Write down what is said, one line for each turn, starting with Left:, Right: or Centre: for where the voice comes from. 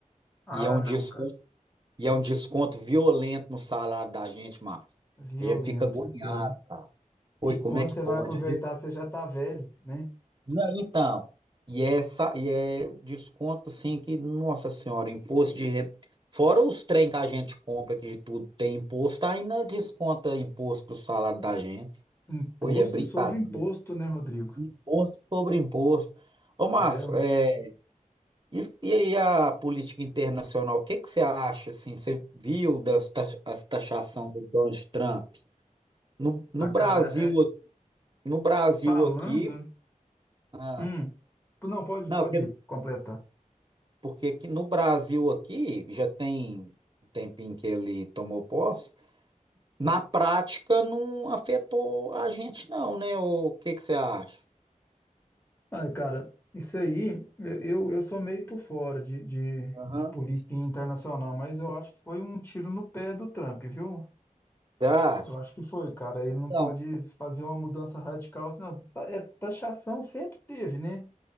Left: Ah,
Right: E é um
Left: não,
Right: desconto,
Left: cara.
Right: e é um desconto violento no salário da gente, Márcio.
Left: Violento,
Right: A gente fica agoniado,
Left: violento.
Right: cara. Oi,
Left: E
Right: como
Left: quando
Right: é que
Left: você
Right: pode?
Left: vai aproveitar, você já tá velho, né?
Right: Não, então, e essa e é desconto assim que, nossa senhora, imposto de renda. Fora os trem que a gente compra, que de tudo tem imposto, ainda desconta imposto do salário da gente.
Left: Imposto
Right: Foi, é brincadeira.
Left: sobre imposto, né, Rodrigo?
Right: Imposto sobre imposto. Ô, Márcio,
Left: É, ué.
Right: é, e, e aí a política internacional, o que que você acha, assim, você viu das ta- as taxação do Donald Trump? No, no
Left: ah,
Right: Brasil,
Left: cara, é,
Right: no Brasil
Left: falando.
Right: aqui, ah,
Left: Hum, não, pode,
Right: não,
Left: pode
Right: porque
Left: completar.
Right: Porque aqui no Brasil aqui já tem um tempinho que ele tomou posse. Na prática não afetou a gente não, né? O que que você acha?
Left: Ai, cara, isso aí, eu, eu sou meio por fora de, de, de
Right: Aham.
Left: política internacional, mas eu acho que foi um tiro no pé do Trump, viu?
Right: Você acha?
Left: Eu acho que foi, cara. Ele não pode
Right: não
Left: fazer uma mudança radical, senão ta- é, taxação sempre teve, né?